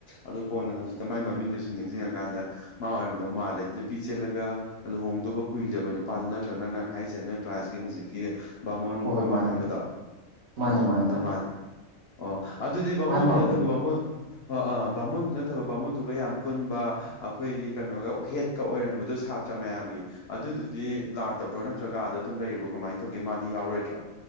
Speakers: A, on the left; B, on the right.
A: ꯑꯗꯨ ꯀꯣꯟꯅ ꯍꯧꯖꯤꯛꯇ ꯃꯥꯏ ꯃꯃꯤꯡꯗꯣ ꯁꯨꯝ ꯅꯤꯡꯁꯤꯡꯉꯀꯥꯟꯗ ꯃꯥ ꯑꯣꯏꯔꯝꯗꯧ ꯃꯥꯜꯂꯦ ꯅꯨꯄꯤ ꯆꯦꯜꯂꯒ ꯂꯨꯍꯣꯡꯗꯕ ꯀꯨꯏꯗꯕ ꯅꯨꯄꯥꯗꯨ ꯅ ꯇ꯭ꯔꯣ ꯅꯪꯅ ꯍꯥꯏꯁꯦ ꯅꯣꯏ ꯀ꯭ꯂꯥꯁꯀꯤ ꯍꯧꯖꯤꯛꯀꯤ ꯕꯥꯃꯣꯟ
B: ꯍꯣꯏ
A: ꯑꯃ
B: ꯍꯣꯏ ꯃꯥꯅꯤ
A: ꯍꯥꯏꯕꯗꯣ
B: ꯃꯥꯅꯤ
A: ꯑꯣ
B: ꯃꯥꯅꯤ
A: ꯑꯗꯨꯃꯥꯟ
B: ꯃꯥꯅꯤ
A: ꯑꯣ ꯑꯗꯨꯗꯤ ꯕꯥꯃꯣꯟꯗꯨ
B: ꯃꯥꯅ ꯍꯧꯔꯛꯄꯅꯦ
A: ꯅꯠꯇꯕ ꯕꯥꯃꯣꯟ ꯑꯣ ꯑꯥ ꯕꯥꯃꯣꯟꯗꯨ ꯅꯠꯇꯕ ꯕꯥꯃꯣꯟꯗꯨꯒ ꯌꯥꯝ ꯄꯨꯟꯕ ꯑꯩꯈꯣꯏꯒꯤ ꯀꯩꯅꯣꯒ ꯍꯦꯠꯀ ꯑꯣꯏꯔꯝꯕꯗꯣ ꯁꯥꯇ꯭ꯔ ꯃꯌꯥꯝꯒꯤ ꯑꯗꯨꯗꯨꯗꯤ ꯂꯥꯛꯇꯕ꯭ꯔꯣ ꯅꯠꯇ꯭ꯔꯒ ꯑꯥꯗ ꯑꯗꯨꯝ ꯂꯩꯔꯤꯕ꯭ꯔꯣ ꯀꯃꯥꯏꯅ ꯇꯧꯒꯦ ꯃꯥꯗꯤ ꯌꯥꯎꯔꯣꯏꯗ꯭ꯔꯣ